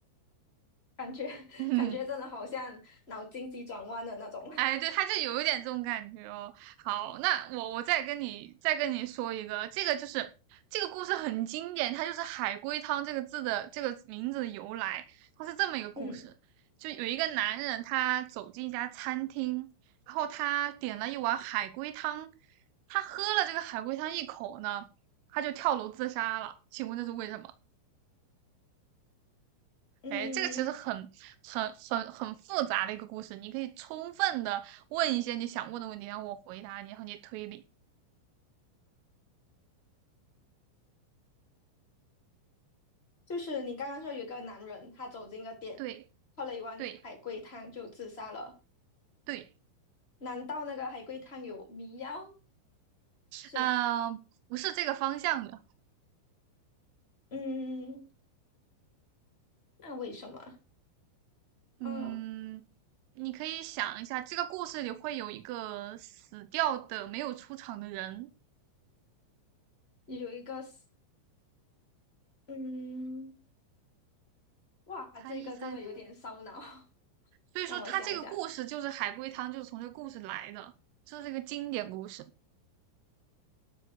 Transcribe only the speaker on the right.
<laughs> 嗯。
哎，对，他就有一点这种感觉哦。好，那我我再跟你再跟你说一个，这个就是这个故事很经典，它就是“海龟汤”这个字的这个名字的由来。它是这么一个故事，
就有一个男人，他走进一家餐厅，然后他点了一碗海龟汤，他喝了这个海龟汤一口呢，他就跳楼自杀了。请问这是为什么？
哎，这个其实很、很、很、很复杂的一个故事，你可以充分的问一些你想问的问题，然后我回答你，然后你推理。
对，
对，对，
呃，不是这个方向的。
嗯，
你可以想一下，这个故事里会有一个死掉的没有出场的人，
猜一猜呢
所以说，
他这个故事就是海龟汤，就是从这个故事来的，这是一个经典故事。